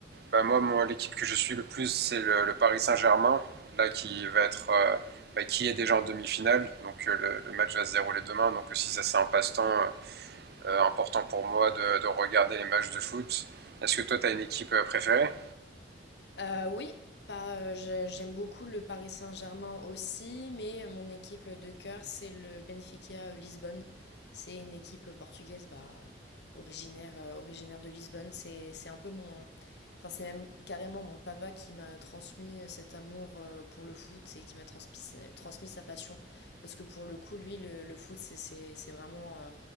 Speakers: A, on the right; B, on the left.
A: Bah, moi, moi, l'équipe que je suis le plus, c'est le, le Paris Saint-Germain, là qui va être, euh, bah, qui est déjà en demi-finale. Donc euh, le, le match va se dérouler demain. Donc aussi, ça c'est un passe-temps euh, important pour moi de, de regarder les matchs de foot. Est-ce que toi, tu as une équipe euh, préférée
B: Euh, oui, pas, euh, j'ai- j'aime beaucoup le Paris Saint-Germain aussi, mais euh, mon équipe de cœur, c'est le Benfica euh, Lisbonne. C'est une équipe euh, portugaise, bah, originaire, euh, originaire de Lisbonne. C'est, c'est un peu mon, enfin, c'est même carrément mon papa qui m'a transmis euh, cet amour euh, pour le foot et qui m'a transmis, transmis sa passion. Parce que pour le coup, lui, le, le foot, c'est, c'est, c'est vraiment, euh,